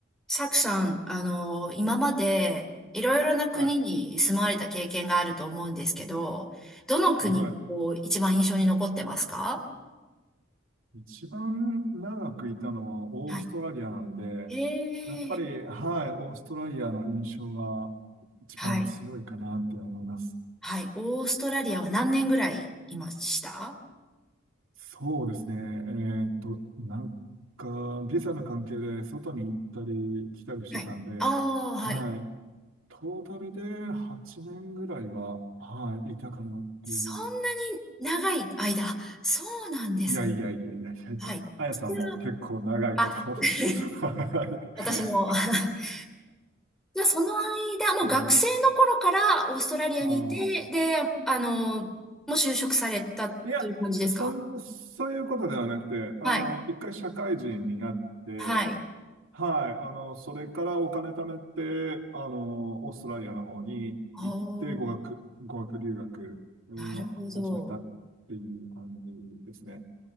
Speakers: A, in the centre; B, on the right.
A: サクさん、あの、今までいろいろな国に住まわれた経験があると思うんですけど、
B: はい。
A: どの国がこう一番印象に残ってますか
B: はい。一番長くいたのはオーストラリアなんで、
A: はい。ええ
B: やっぱり、はい、オーストラリアの印象が一番強いかなって思います。
A: はい。はい。オーストラリアは何年ぐらいいました
B: そうですね。えっと、なんか、ビザの関係で外に行ったり来たりしてたんで、
A: はい。ああ、はい。
B: はい。トータルで8年ぐらいは、はい、いたかなっていう。
A: そんなに長い間。そうなんですね。
B: いやいやいやいやいやいや、
A: はい。
B: あやさんも結構長いことを。
A: それはあ、<laughs>
B: <laughs> は
A: 私も
B: い
A: <laughs> じゃあ、その間、もう学生の頃からオーストラリアにいて、
B: うん、ああ。
A: で、あの、もう就職されたという感じですか
B: いや、そん、そういうことではなくて、あの、
A: はい。
B: 一回社会人になって、
A: はい。
B: はい、あの、それからお金貯めて、あの、オーストラリアの方に行って、
A: おー、
B: 語学、語学留学を始めたっていう感じですね。
A: なるほど。